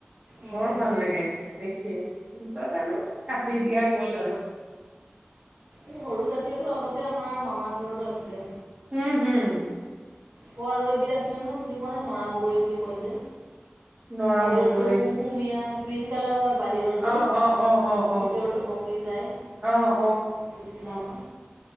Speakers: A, on the right (about 55°); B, on the right (about 25°).
A: উম।
B: বৰ ভাল লাগে, দেখি তাৰপিছত আৰু কাটি দিয়া গ'ল আৰু
A: এই সৰু জাতীয়তো আগতে আমাৰ মামাৰ ঘৰতো আছিলে।
B: উম হম।
A: ক আৰু এবিধ আছিলে নহয় চিনি পোৱা নে নৰা বগৰী বুলি কয় যে
B: নৰা
A: বাহিৰতো
B: বগৰী
A: হুম হুমীয়া গ্ৰীণ <unintelligible> বাহিৰতো
B: অ অ অ অ অ
A: ভিতৰতো পকি যায়
B: অ অ
A: গুটিটো ডাঙৰ
B: অ